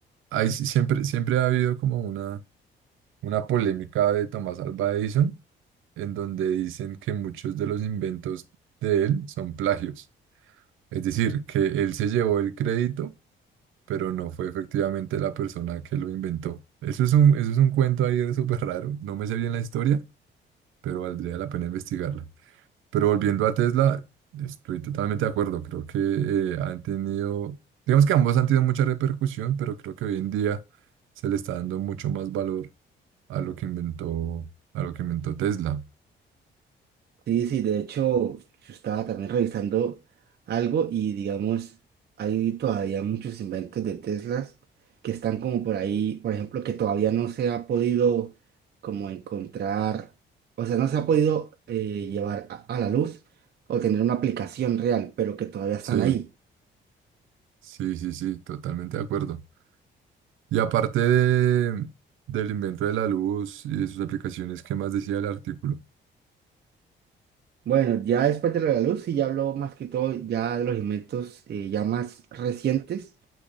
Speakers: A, on the right (about 85°); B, on the right (about 55°).
A: hay, si- siempre, siempre ha habido como una, una polémica de Tomás Alva Edison, en donde dicen que muchos de los inventos de él son plagios. Es decir, que él se llevó el crédito pero no fue efectivamente la persona que lo inventó. Eso es un, eso es un cuento ahí súper raro. No me sé bien la historia, pero valdría la pena investigarla. Pero volviendo a Tesla, estoy totalmente de acuerdo. Creo que eh, han tenido, digamos que ambos han tenido mucha repercusión, pero creo que hoy en día se le está dando mucho más valor a lo que inventó, a lo que inventó Tesla.
B: Sí, sí, de hecho, yo estaba también revisando algo y digamos, hay todavía muchos inventos de Teslas que están como por ahí, por ejemplo, que todavía no se ha podido como encontrar, o sea, no se ha podido eh, llevar a, a la luz o tener una aplicación real, pero que todavía están
A: Sí,
B: ahí.
A: sí, sí, sí, totalmente de acuerdo. Y aparte de- del invento de la luz y de sus aplicaciones, ¿qué más decía el artículo?
B: Bueno, ya después de lo de la luz, sí, ya hablo más que todo ya de los inventos eh, ya más recientes